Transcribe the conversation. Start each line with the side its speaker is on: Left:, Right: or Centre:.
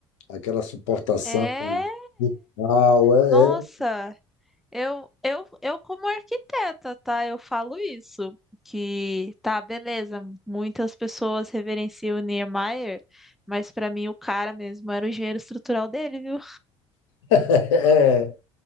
Left: aquela suportação
Centre: É.
Left: brutal. É,
Centre: Nossa, eu, eu, eu como arquiteta, tá? Eu falo isso, que tá, beleza, muitas pessoas reverenciam o Niemeyer, mas pra mim o cara mesmo era o engenheiro estrutural dele, viu?
Left: é, <laughs> é.